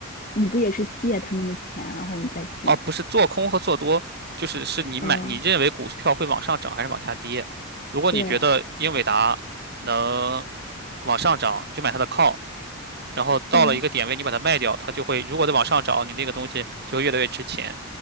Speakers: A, on the left; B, on the right.
A: 你不也是借他们的钱，然后你再去
B: 哦，不是做空和做多，就是是你买你认为股票会往上涨还是往下跌。
A: 呃
B: 如果你觉得英伟达能
A: 对
B: 往上涨，你就买它的靠。然后到了一个点位，
A: 对
B: 你把它卖掉，它就会如果再往上涨，你那个东西就会越来越值钱。